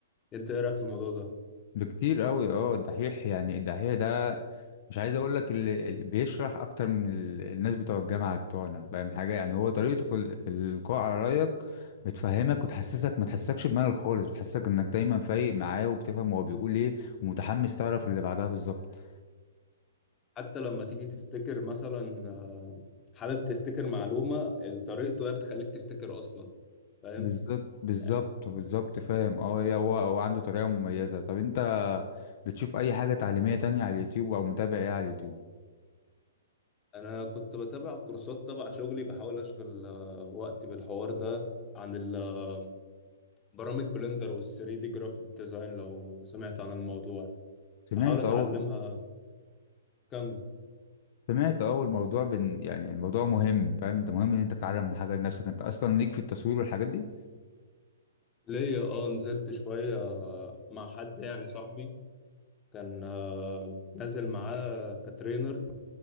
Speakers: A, on the left; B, on the left.
A: أنت إيه رأيك في الموضوع ده؟
B: بكتير قوي اه الدحيح يعني الدحيح ده مش عايز اقول لك اللي اللي بيشرح اكتر من ال- الناس بتوع الجامعه بتوعنا فاهم حاجه يعني هو طريقته في ال- في القاء على رايك بتفهمك وتحسسك ما تحسسكش بملل خالص بتحسسك انك دايما فايق معاه وبتفهم هو بيقول ايه ومتحمس تعرف اللي بعدها بالظبط
A: حتى لما تيجي تفتكر مثلا آه، حابب تفتكر معلومة طريقته هي بتخليك تفتكر أصلا فاهم؟
B: بالظبط بالظبط
A: يعني
B: بالظبط فاهم اه يا هو هو عنده طريقه مميزه طب انت بتشوف اي حاجه تعليميه تانية على اليوتيوب او متابع ايه على اليوتيوب
A: انا كنت بتابع كورسات تبع شغلي بحاول اشغل آه، وقتي بالحوار ده عن ال- آه، برامج بلندر وال 3 دي جرافيك ديزاين لو سمعت عن الموضوع
B: سمعت
A: بحاول اتعلمها
B: اه
A: كم
B: سمعت اول موضوع بن يعني الموضوع مهم فاهم انت مهم ان انت تتعلم حاجه لنفسك انت اصلا ليك في التصوير والحاجات دي
A: ليا اه نزلت شوية آه، مع حد يعني صاحبي كان آه، نازل معاه كترينر